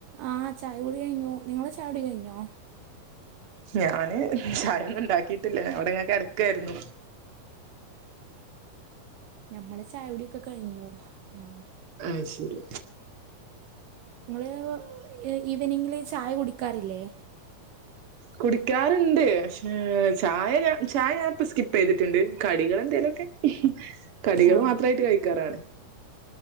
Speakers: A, on the right; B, on the right.
A: ആഹ് ചായ കുടി കഴിഞ്ഞു നിങ്ങളെ ചായ കുടി കഴിഞ്ഞോ?
B: ഞാന് ചായൊന്നും ഉണ്ടാക്കിട്ടില്ല ഞാനിവിടിങ്ങനെ കിടക്കായിരുന്നു <inaudible>
A: ഞമ്മള ചായകുടിയൊക്കെ കഴിഞ്ഞു ആ
B: അയ് ശരി
A: നിങ്ങള് ഈവനിംഗില് ചായ കുടിക്ക് ക്കാറില്ലേ
B: കുടിക്കാറുണ്ട് പക്ഷേ ചായ ഞ ചായ ഞാൻപ്പ സ്കിപ്പ് ചെയ്തിട്ടുണ്ട് കടികൾ എന്തേലൊക്കെ കടികൾ
A: ആ
B: മാത്രമായിട്ട് കഴിക്കാറാണ്